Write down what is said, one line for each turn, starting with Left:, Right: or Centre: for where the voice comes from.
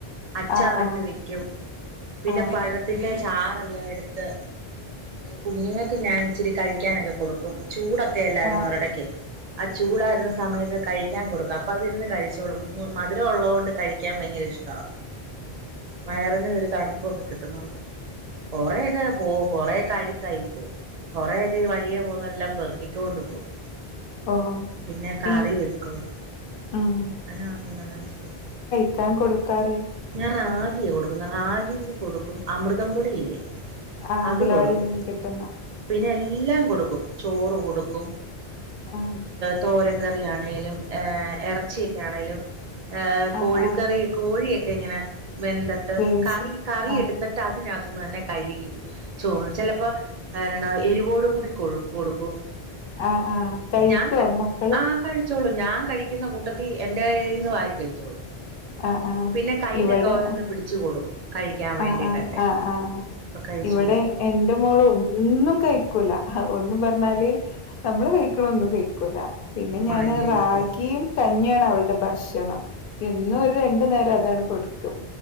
Right: അച്ചാറി
Left: ആ ആ
Right: ഇട്ട് വെക്കും പിന്നെ
Left: ആ
Right: പഴ- ത്തിന്റെ ചാറല്ലാം എടുത്ത് കുഞ്ഞുങ്ങൾക്ക് ഞാൻ ഇച്ചിരി കഴിക്കാനൊക്കെ കൊടു ക്കും ചൂടൊക്കെല്ലായിരുന്നൊ
Left: ആ
Right: ഒരിടക്ക് ആ ചൂടായിരുന്ന സമയത്ത് കഴി- ക്കാൻ കൊടുക്കും അപ്പോ അത് ഇരുന്ന് കഴിച്ചോളും മധുരം ഉള്ളതു കൊണ്ട് കഴിക്കാൻ ഭയങ്കര ഇഷ്ടവ വയറിനും ഒരു തണുപ്പൊക്കെ കിട്ടുന്നുണ്ട് കുറെയൊക്കെ പോകും കൊറെ കഴി കഴിക്കും കൊറക്കെ ഈ വഴിയെ പോവുന് - ന്ന വരെല്ലാം പെറക്കിക്കൊണ്ട് പോകും
Left: ഓഹ്.
Right: പിന്നെ കറി
Left: ഈ
Right: വെക് ക്കും <unintelligible>
Left: ഉം. ക്കാൻ കൊടുക്കാറ്
Right: ഞാൻ റാഗിയ കൊടുക്കുന്നെ റാഗി കൊടുക്കും അമൃതംപൊടിയില്ലേ
Left: ആഹ്
Right: അത്
Left: അംഗലവാടിയിൽ
Right: കൊടുക്കും
Left: നിന്ന് കിട്ടുന്ന?
Right: പിന്നെ എല്ലാം കൊടുക്കും ചോറ് കൊടുക്കും
Left: ആഹ്.
Right: തോരൻ കറിയാണേലും ഇറച്ചിയൊക്കെയാണേലും ഏഹ്
Left: ആഹ്
Right: കോഴിക്കറി
Left: ആഹ്
Right: കോഴിയൊക്കെ ഇങ്ങനെ വെന്തട്ട്
Left: വേവിച്ച്.
Right: കറി കറി
Left: ആഹ്
Right: എടുത്തിട്ട് അതിനകത്ത് തന്നെ കഴുകി ചോറ് ചിലപ്പോ <unintelligible> എരിവോട് കൂടി കൊ കൊടുക്കും
Left: ആഹ് ആഹ് കഴിക്കോ
Right: ഞാൻ
Left: മക്കള്?
Right: ആഹ് കഴിച്ചോളും ഞാൻ കഴിക്കുന്ന കൂട്ടത്തി എന്റെ കൈയിൽ നിന്ന് വാരി കഴിച്ചോളും
Left: ആഹ് ആഹ്
Right: പിന്നെ കയ്യിലൊക്കെ
Left: ഇവിടെ
Right: ഓരോന്ന് പിടിച്ചു കൊടുക്കും കഴിക്കാൻ വേണ്ടിയിട്ടൊക്കെ
Left: ആഹ് ആഹ് ആഹ് ആഹ്.
Right: <unintelligible>
Left: ഇവിടെ എന്റെ മോള് ഒന്നും കഴിക്കൂല്ല ഒന്നും പറഞ്ഞാല് ഞമ്മള് കഴിക്കണ ഒന്നും കഴിക്കൂല പിന്നെ ഞാന്
Right: മടിയായിരിക്കും
Left: റാഗിയും കഞ്ഞിയാണ് അവളുടെ ഭക്ഷണം എന്നും ഒരു രണ്ടു നേരം അതാണ് കൊടുക്കും